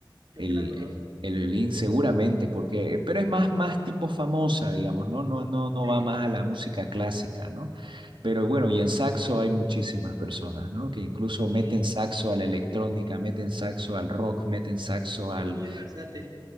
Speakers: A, on the right; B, on the right.
A: Creo
B: el,
A: que la conozco.
B: el violín seguramente, porque, pero es más, más tipo famosa, digamos, ¿no? No, no, no
A: Sí,
B: va más a la música clásica, ¿no? Pero bueno, y en saxo hay muchísimas personas, ¿no? Que incluso
A: sí,
B: meten saxo a la electrónica, meten saxo al rock, meten saxo al...
A: es muy versátil.